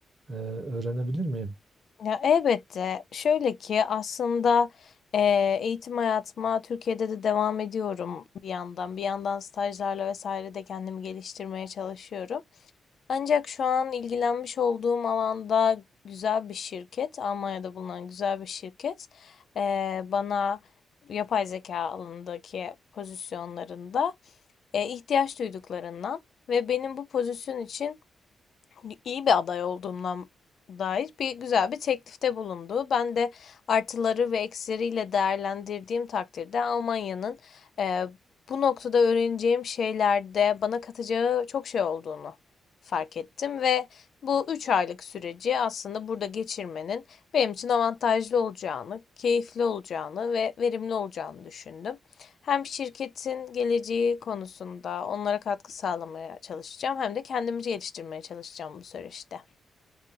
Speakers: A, on the right; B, on the left.
A: e, öğrenebilir miyim?
B: Ya elbette. Şöyle ki aslında e, eğitim hayatıma Türkiye'de de devam ediyorum bir yandan. Bir yandan stajlarla vesaire de kendimi geliştirmeye çalışıyorum. Ancak şu an ilgilenmiş olduğum alanda güzel bir şirket, Almanya'da bulunan güzel bir şirket, eee, bana yapay zeka alanındaki pozisyonlarında e, ihtiyaç duyduklarından ve benim bu pozisyon için Hani, iyi bir aday olduğundan dair bir güzel bir teklifte bulundu. Ben de artıları ve eksileriyle değerlendirdiğim takdirde Almanya'nın e, bu noktada öğreneceğim şeylerde bana katacağı çok şey olduğunu fark ettim ve bu 3 aylık süreci aslında burada geçirmenin benim için avantajlı olacağını, keyifli olacağını ve verimli olacağını düşündüm. Hem şirketin geleceği konusunda onlara katkı sağlamaya çalışacağım hem de kendimi geliştirmeye çalışacağım bu süreçte.